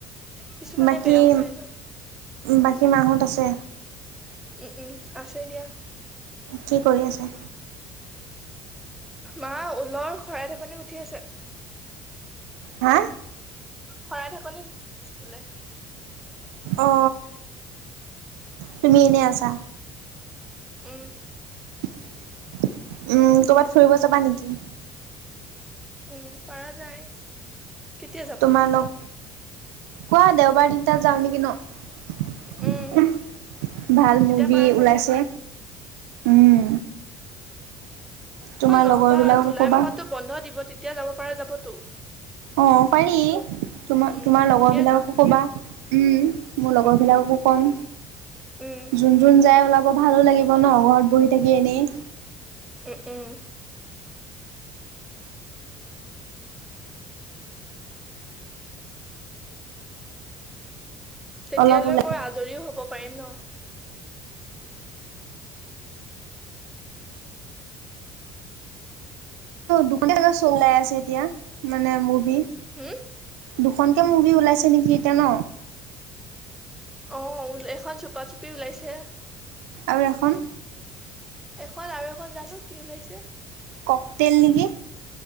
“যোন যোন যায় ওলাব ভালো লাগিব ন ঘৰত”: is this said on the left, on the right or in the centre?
Right